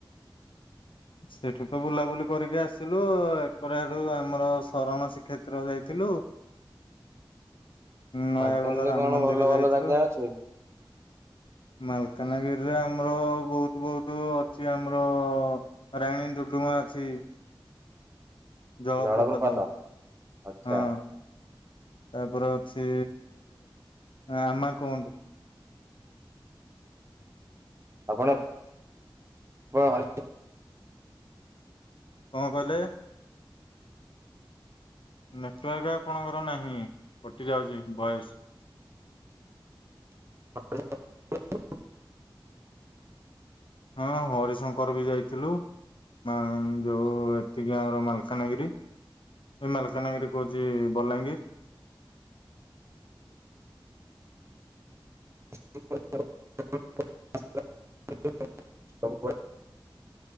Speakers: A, on the left (about 75°); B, on the right (about 30°).
A: ସେଠୁତ ବୁଲାବୁଲି କରିକି ଆସିଲୁ ଏକର ହେଠୁ ଆମର ଶରଣ ଶ୍ରୀକ୍ଷେତ୍ର ଯାଇଥିଲୁ। ନୟାଗଡ
B: ମାଲକାନ୍‌ ରେ
A: ରାମ
B: କଣ
A: ମନ୍ଦିର
B: ଭଲ
A: ଯାଇଥିଲୁ।
B: ଭଲ ଜାଗା ଅଛି?
A: ମାଲକାନ୍‌ଗିରି ରେ ଆମର ବହୁତୁ ବହୁତୁ ଅଛି ଆମର ରାଣୀ ଟୁଡୁମାଁ ଅଛି। ଜଳପ୍ରପାଦ
B: ଜଳପ୍ରପାତ ଆଚ୍ଛା
A: ହଁ ତାପରେ ଅଛି ଆମାକୋଣ୍ଡ।
B: ଆପଣ। <unintelligible>
A: କଣ କହିଲେ? ନେଟୱାର୍କ ଆପଣଙ୍କର ନାହିଁ କଟି ଯାଉଛି ଭଏସ୍‌।
B: <unintelligible>
A: ହଁ ହରିଶଙ୍କର ବି ଯାଇଥିଲୁ। ଆ ଯୋଉ ଏତିକି ଆମର ମାଲକାନ୍‌ଗିରି। ଏଇ ମାଲକାନ୍‌ଗିରି କହୁଚି ବଲାଙ୍ଗୀରି।
B: <unintelligible>